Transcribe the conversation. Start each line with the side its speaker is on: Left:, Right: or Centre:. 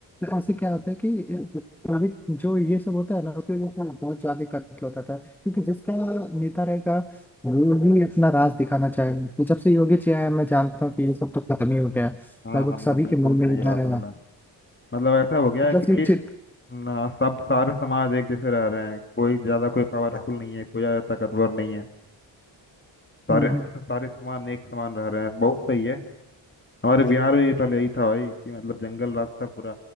Centre: तो ऐसे क्या होता है कि जो भी- जो ये सब होता है ना उसकी वजह से बहुत ज्यादा कत्ल होता था क्योंकि जिसका नेता रहेगा वो ही अपना राज दिखाना चाहेगा तो जब से योगी जी आए हैं, मैं जानता हूँ कि ये सब तो खत्म ही हो गया है।
Left: हाँ
Centre: लगभग
Left: हाँ
Centre: सभी
Left: हाँ, बिल्कुल
Centre: के मन
Left: सही
Centre: में डर
Left: बात बोला
Centre: है
Left: मतलब ऐसा हो गया
Centre: मतलब
Left: है कि
Centre: सिर्फ चित-
Left: ना सब सारे समाज एक जैसे रह रहे हैं कोई ज्यादा कोई पावरफुल नहीं है कोई ज्यादा ताकतवर नहीं है सारे
Centre: हम्म,
Left: सारे सामान एक समान रह रहे हैं बहुत सही है हमारे हम्म बिहार में भी पहले यही था भाई कि मतलब जंगल राज था पूरा